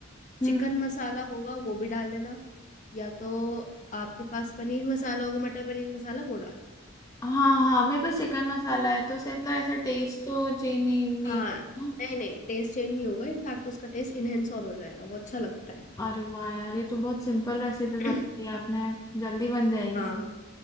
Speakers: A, on the left; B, on the left.
A: हम्म
B: चिकन मसाला होगा वो भी डाल लेना या तो आपके पास पनीर मसाला होगा मटर पनीर मसाला वो डाल
A: हाँ हाँ मेरे पास चिकन मसाला है तो से मतलब ऐसा टेस्ट तो चेंज नहीं नहीं
B: देना। हाँ
A: होगा।
B: नहीं नहीं टेस्ट चेंज नहीं होगा इनफैक्ट उसका टेस्ट इनहेंस और हो जाएगा वो अच्छा लगता है
A: अरे वाह यार ये तो बहुत सिंपल रेसिपी
B: <clears throat>
A: बताई आपने जल्दी बन जाएगी
B: हाँ